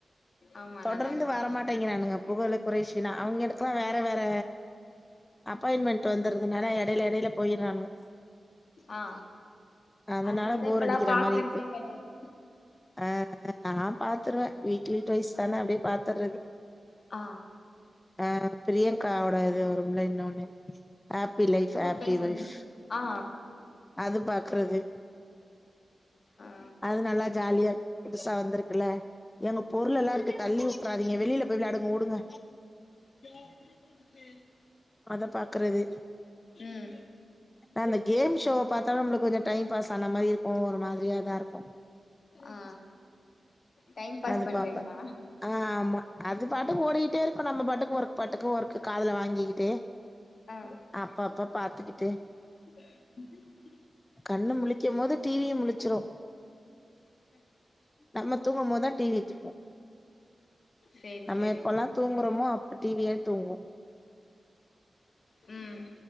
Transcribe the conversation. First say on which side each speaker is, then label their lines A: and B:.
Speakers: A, on the left (about 65°); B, on the left (about 25°).
A: ஆமா
B: தொடர்ந்து
A: நல்லா இருக்கோ
B: வரமாட்டேங்கிறானுங்க
A: நாங்க
B: புகழு குரேஷிலா அவுங்கெளுக்கலா வேற வேற அப்பாயின்மெண்ட் ட்டு வந்துறதுனால எடல எடல போய்றானுக
A: ஆ
B: அதனால
A: அதனாலதா
B: போர்
A: இப்பல்லா
B: அடிக்கிற
A: பாக்கறதே
B: மாரி இருக்கு
A: கெடையாது
B: ஆ நா பாத்துருவே வீக்லி ட்வைஸ் தானே அப்டியே பாத்தறது
A: ஆ
B: ஆ பிரியங்கா ஓட இது வரும்ல இன்னோனு happy life
A: super
B: happy
A: singer
B: wife
A: ஆ
B: அது பாக்குறது
A: ஆ
B: அது நல்லா ஜாலியா புதுசா வந்திருக்குல்ல எங்க பொருளல்லா இருக்கு தள்ளி உட்றாதீங்க வெளில போய் விளாடுங்க ஓடுங்க
A: <inaudible>
B: அத பாக்றது
A: ம்
B: அந்த கேம் ஷோவ பாத்தாலு நம்ளுக் கொஞ்சோ டைம் பாஸ் ஆன மாரி இருக்கு ஒரு மாதிரியாதா இருக்கு
A: ஆ டைம் பாஸ்
B: அது
A: பண்றீங்ளா
B: பாப்பே ஆ ஆமா அது பாட்டுக்கு ஓடிக்கிட்டே இருக்கு நம்ம பாட்டுக்கு ஒர்க் பாட்டுக்கு ஒர்க் காதுல வாங்கிக்கிட்டே
A: ஆ
B: அப்ப அப்ப பாத்துக்கிட்டு
A: <unintelligible>
B: கண்ணு முழிக்கும் போது டிவியு முழிச்சுரு நம்ம தூங்கு போதா டி வி தூங்கு
A: சேரி
B: நம்ம
A: சேரி
B: எப்போல்லா தூங்குறோமோ அப்ப டி வியே தூங்கு
A: ம்